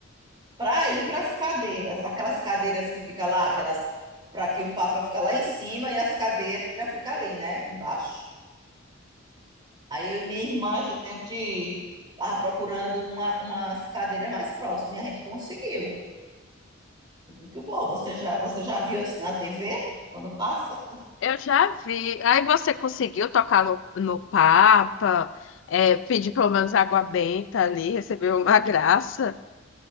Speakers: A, on the right; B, on the left.
A: para ir para as cadeiras, aquelas cadeiras que fica lá, aquelas para que o Papa fica lá em cima e as cadeiras fica ali, né, embaixo. Aí eu e minha irmã, a gente estava procurando uma, umas cadeiras mais próximas e a gente conseguiu. Muito bom. Você já, você já viu assim na TV quando passa?
B: Eu já vi. Aí você conseguiu tocar no, no Papa, é, pedir pelo menos água benta ali, recebeu uma <laughs> graça.